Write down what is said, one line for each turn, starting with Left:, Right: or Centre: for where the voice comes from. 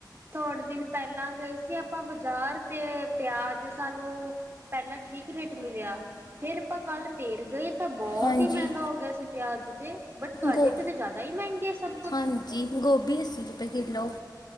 Right: ਥੋੜੇ ਦਿਨ ਪਹਿਲਾਂ ਗਏ ਸੀ ਆਪਾਂ ਬਾਜ਼ਾਰ, ਤੇ ਪਿਆਜ ਸਾਨੂੰ ਪਹਿਲਾਂ ਠੀਕ ਰੇਟ ਮਿਲਿਆ ਫੇਰ ਆਪਾਂ ਕੱਲ ਫੇਰ ਗਏ ਤਾਂ ਬਹੁਤ
Left: ਹਾਂਜੀ
Right: ਹੀ ਮਹਿੰਗਾ ਹੋ ਗਿਆ ਸੀ ਪਿਆਜ ਤੇ, ਬਟ ਤੁਹਾਡੇ
Left: ਗੋ
Right: ਤੇ ਤਾਂ ਜ਼ਿਆਦਾ ਹੀ ਮਹਿੰਗੇ ਸਭ ਕੁਛ।
Left: ਹਾਂਜੀ, ਗੋਭੀ ਅੱਸੀ ਰੁਪਏ ਕਿਲੋ।